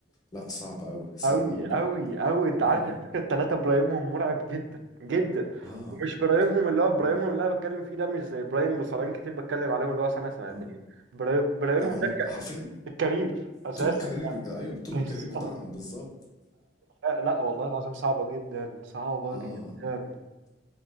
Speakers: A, on the left; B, on the right.
A: لا صعب اوي صعب
B: أوي
A: اوي
B: أوي أوي أنت عارف
A: اه
B: الفكرة التلاتة برايمهم مرعب جدا جدا
A: اه
B: ومش برايمهم اللي هو برايمهم
A: اه
B: اللي أنا بتكلم فيه ده مش زي برايم مصارعين كتير بتكلم عليهم اللي هو سنة سنتين
A: اه
B: برايم برايمهم
A: لا هم
B: ده
A: حرفيا
B: الكارير أساسا
A: طول الكارير ايوه
B: <laughs>
A: طول
B: بالظبط.
A: الكارير بتاعهم بالظبط
B: لا لا، والله العظيم صعبة جدا صعبة
A: اه
B: جدا